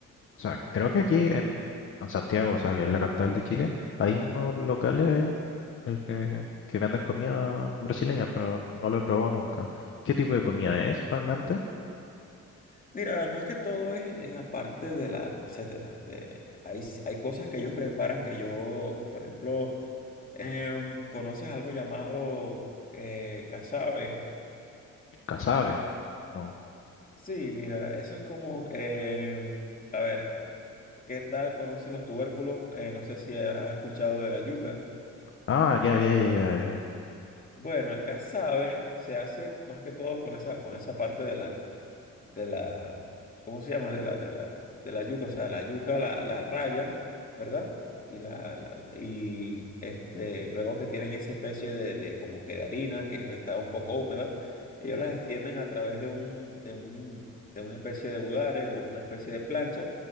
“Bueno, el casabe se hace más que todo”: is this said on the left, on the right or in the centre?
Left